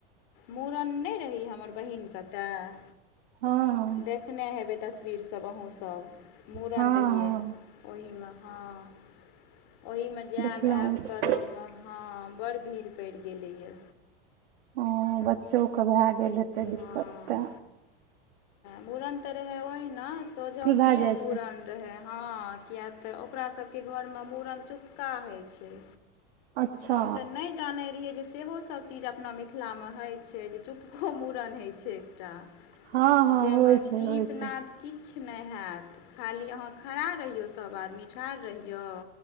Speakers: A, on the left (about 50°); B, on the right (about 75°).
A: मूड़न नइ रही हमर बहिन क अतय
B: हँ
A: देखने हेबै तस्वीर सभ अहूँसभ मूड़न
B: हँ
A: रहियै
B: हँ
A: ओही म हँ ओहीमे जायब
B: देखलहुँ
A: आयब
B: अछि
A: करबम हँ बड़ भीड़ पैड़ गेलैए
B: हँ बच्चोक भाए गेल हेतै दिक्कत
A: हँ
B: तैं
A: मूड़न तऽ रहे ओहिना सोझउके
B: भए जाइ
A: मूड़
B: छै
A: ड़न रहै हँ किया तऽ ओकरा सबके घरमे मूड़न चुपका होइ छै
B: अच्छा
A: हम तऽ नय जानै रहियै जे सेहो सभ चीज अपना मिथिलामे होइ छै जे चुपको मूड़न होइ छै एकटा
B: हँ हँ
A: जाइमे
B: होइ छै
A: गीत
B: होइ छै
A: नाद किछ नय हैत खाली अहाँ खड़ा रहियौ सभ आदमी ठाढ़ रहियो